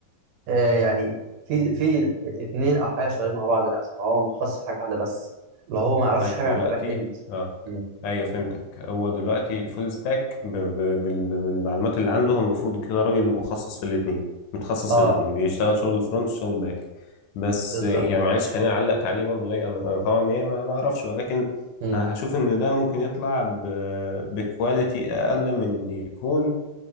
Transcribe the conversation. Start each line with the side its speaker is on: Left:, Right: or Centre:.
Right: آه يعني في في اتنين او حاجه شغالين مع بعض للاسف هو متخصص في حاجه واحده بس لو هو ما يعرفش
Left: طيب
Right: حاجه
Left: دلوقتي
Right: عن الباك اند
Left: اه
Right: م.
Left: ايوه فهمتك هو دلوقتي الفول ستاك ب... ب... بال- بالمعلومات اللي عنده هو المفروض كده راجل مخصص في الاثنين متخصص
Right: اه
Left: في الاثنين بيشتغل شغل الفرونت وشغل الباك بس
Right: بالظبط
Left: آه، يعني معلش خليني علقت عليه برضو ايه انا أنا طبعا ايه ما ما اعرفش ولكن
Right: م.
Left: أنا هشوف ان ده ممكن يطلع ب... بكواليتي اقل من إن يكون